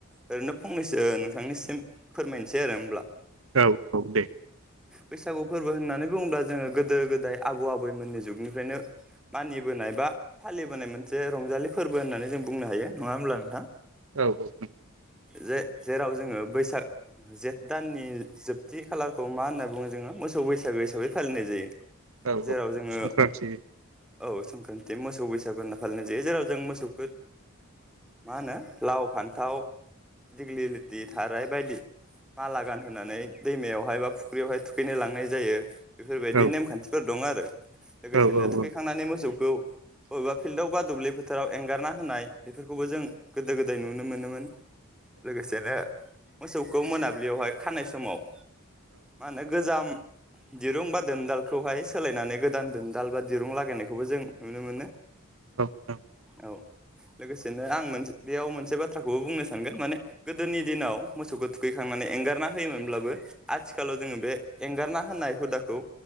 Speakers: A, in the centre; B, on the right.
A: ओरैनो फंनैसो नोंथांनिसिम फोरमायनोसै आरो होमब्ला
B: औ औ दे
A: बैसागु फोरबो होननानै बुङोबा जोङो गोदो गोदाय आबौ आबैमोननि जुगनिफ्रायनो मानिबोनाय बा फालिबोनाय मोनसे रंजालि फोरबो होननानै जों बुंनो हायो नङा होमब्ला नोंथां
B: औ औ ओं
A: जे जेराव जोङो बैसाग जेठ दाननि जोबथि खालारखौ मा होनना बुङो जोङो मोसौ बैसागो हिसाबै फालिनाय जायो
B: औ
A: जेराव
B: औ
A: जोङो
B: संक्रान्ति
A: औ संक्रान्ति मोसौ बैसागु होनना फालिनाय जायो जेराव जों मोसौखौ मा होनो लाव फान्थाव दिग्लि लिथि थाराय बायदि माला गानहोनानै दैमायावहाय बा फुख्रियावहाय थुखैनो लांनाय जायो बेफोरबायदि
B: औ
A: नेमखान्थिफोर दं आरो लोगोसेनो
B: औ औ
A: थुखैखांनानै
B: औ
A: मोसौ खौ बबेबा फिल्डआव बा दुब्लि फोथाराव एंगारना होनाय बेफोरखौबो जों गोदो गोदाय नुनो मोनोमोन लोगोसेनो मोसौखौ मोनाबिलियावहाय खानाय समाव मा होनो गोजाम दिरुं बा दोनदालखौहाय सोलायनानै गोदान दोनदाल बा दिरुं लागायनायखौबो जों नुनो मोनो
B: औ औ
A: औ लोगोसेनो आं मोनसे बेयाव मोनसे मोनसे बाथ्राखौबो बुंनो सानगोन माने गोदोनि दिनाव मोसौखौ थुखैखांनानै एंगारना होयोमोनब्लाबो आथिखालाव जोङो बे एंगारना होनाय हुदाखौ